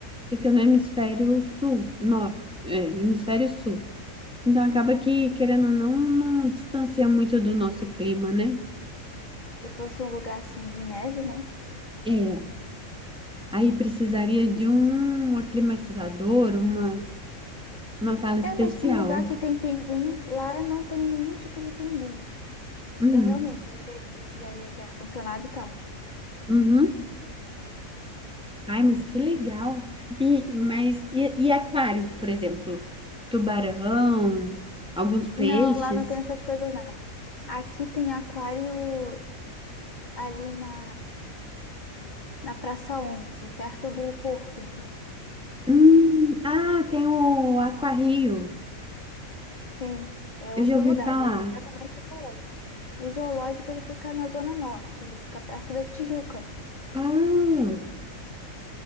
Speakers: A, in the centre; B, on the left.
A: fica no hemisfério sul. Não, é, hemisfério sul. Então acaba que, querendo ou não, não distancia muito do nosso clima, né?
B: Se fosse um lugar assim de neve, né?
A: É. Aí precisaria de um aclimatizador, uma, uma sala especial.
B: É, mas tem lugar que tem pinguim, lá não tem nenhum tipo de pinguim.
A: Hum,
B: Porque realmente aí pre- precisaria ter ar-condicionado e tal.
A: uhum. Ai, mas que legal. E, mas, e, e aquário, por exemplo? Tubarão, alguns peixes.
B: Não, lá não tem essas coisas, não. Aqui tem aquário ali na, na Praça 11, perto do Porto.
A: Hum, ah, tem o aquarrio.
B: Sim, é
A: Eu
B: outro
A: já ouvi
B: lugar,
A: falar.
B: já é completamente diferente. O zoológico ele fica na Zona Norte, ele fica perto da Tijuca.
A: Ah,